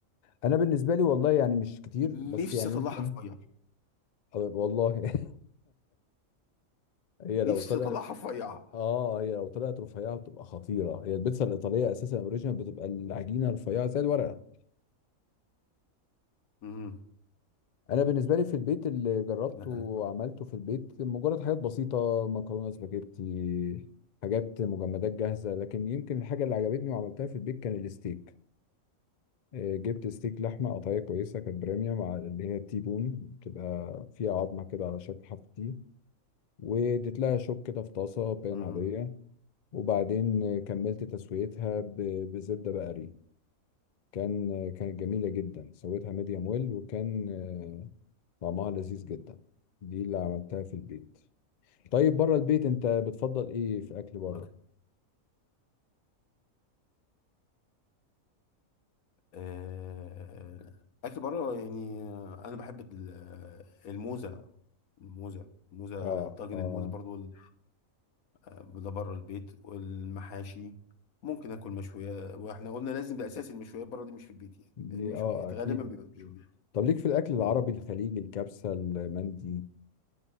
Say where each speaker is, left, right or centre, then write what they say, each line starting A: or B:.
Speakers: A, on the left; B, on the left.
A: انا بالنسبه لي والله يعني مش كتير
B: نفسي
A: بس يعني
B: اطلعها
A: يمكن
B: رفيع
A: أه والله <laughs> هي
B: نفسي
A: لو طلعت
B: اطلعها رفيعة
A: اه هي لو طلعت رفيعه بتبقى خطيره هي البيتزا الايطاليه اساسا اوريجينال بتبقى العجينه رفيعه زي الورقه
B: امم
A: انا بالنسبه لي في البيت اللي جربته
B: لا
A: وعملته
B: انا
A: في البيت مجرد حاجات بسيطه مكرونه سباجيتي حاجات مجمدات جاهزه لكن يمكن الحاجه اللي عجبتني وعملتها في البيت كان الستيك آه، جبت ستيك لحمه قطعيه كويسه كانت بريميوم مع اللي هي التي بون بتبقى فيها عظمه كده على شكل حرف تي واديت لها شوك كده في طاسه بان
B: امم
A: عاديه وبعدين آه، كملت تسويتها ب- بزبده بقري كان آه، كانت جميله جدا سويتها ميديوم ويل وكان آه، طعمها لذيذ جدا دي اللي عملتها في البيت طيب بره البيت انت بتفضل ايه في اكل بره
B: مك... آه... اكل بره يعني آه، انا بحب ال- آه، الموزه الموزه الموزه
A: اه
B: طاجن
A: اه
B: الموزه برضو ال- آه، ده بره البيت والمحاشي ممكن اكل مشويات واحنا قلنا لازم ده اساس المشويات بره دي مش في البيت يعني
A: دي
B: لأن المشويات
A: اه اكيد
B: غالبا بيبقى مشويات
A: طب ليك في الاكل العربي
B: امم
A: الخليجي الكبسه المندي